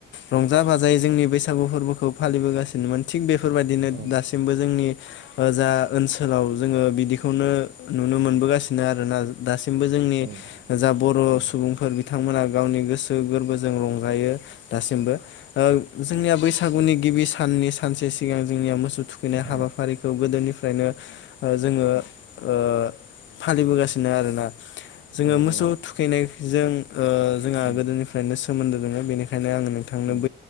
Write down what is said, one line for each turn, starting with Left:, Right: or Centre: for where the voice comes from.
Left: रंजा बाजायै जोंनि बैसागु फोरबोखौ फालिबोगासिनोमोन थिग बेफ बेफोरबायदिनो
Right: औ
Left: दासिमबो जोंनि ओ जा ओनसोलाव जोङो बिदिखौनो नुनो मोनबोगासिनो आरोना दासि सिमबो जोंनि
Right: औ
Left: जा बर'
Right: औ
Left: सुबुंफोर बिथांमोना गावनि गोसो गोरबोजों रंजायो दासिमबो ओ जोंनिया बैसागुनि गिबि साननि सानसे सिगां जोंनिया मोसौ थुखैनाय हाबाफारिखौ
Right: औ
Left: गोदोनिफ् फ्रायनो ओ जोङो ओ फालिबोगासिनो आरोना। जोङो
Right: औ
Left: मोसौ
Right: औ
Left: थुखैनाय जों ओ जोंहा
Right: उम
Left: गोदोनिफ्रायनो सोमोन्दो दोङो बेनिखायनो आङो नो थांनो
Right: उम